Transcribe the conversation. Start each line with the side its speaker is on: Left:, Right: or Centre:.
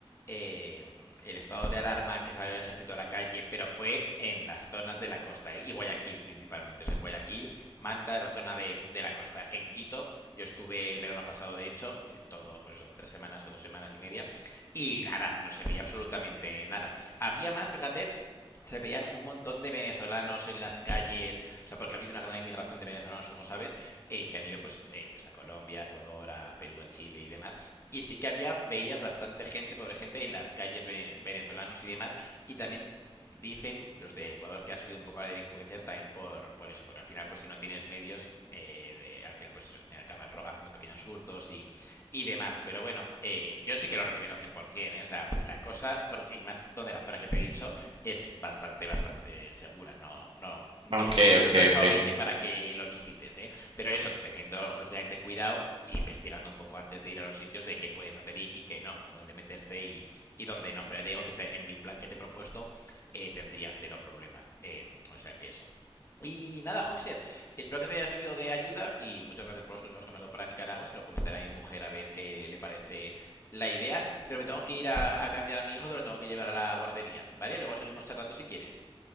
Left: eh, el estado de alarma que salió el ejército a la calle, pero fue en las zonas de la costa ¿eh? y Guayaquil principalmente. O sea, en Guayaquil, Manta, la zona de, de, la costa. En Quito, yo estuve el verano pasado, de hecho, y todo, por eso, tres semanas o dos semanas y media, y nada, no se veía absolutamente nada. Había más, fíjate se veían un montón de venezolanos en las calles, o sea, porque ha habido una gran emigración de venezolanos, como sabes, eh, que han ido pues, eh, pues a Colombia, a Ecuador, a Perú, a Chile y demás. Y sí que había, veías bastante gente, pobre gente, en las calles ve- venezolanos y demás. Y también dicen los de Ecuador que ha subido un poco la delincuencia también por, por eso, porque al final, pues si no tienes medios, eh, eh, al final pues eso, acabas haciendo pequeños hurtos y, y demás. Pero bueno, eh, yo sí que lo recomiendo 100%, ¿eh? O sea, la cosa, y más donde la zona que te he dicho, es bastante, bastante segura. No, no, no,
Right: Ok, ok,
Left: no es
Right: ok.
Left: óbice para que lo visites, ¿eh? Pero eso, teniendo lógicamente cuidado e investigando un poco antes de ir a los sitios de qué puedes hacer y, y qué no, o dónde meterte y, y dónde no. Pero ya te digo que en mi plan que te he propuesto eh, tendrías cero problemas. Eh, o sea que eso. Y nada, Hoxer, espero que te haya servido de ayuda y muchas gracias por los consejos que me has dado para Nicaragua. Se lo comentaré a mi mujer a ver qué le parece la idea. Pero me tengo que ir a, a cambiar a mi hijo que lo tengo que llevar a la guardería, ¿vale? Luego seguimos charlando si quieres.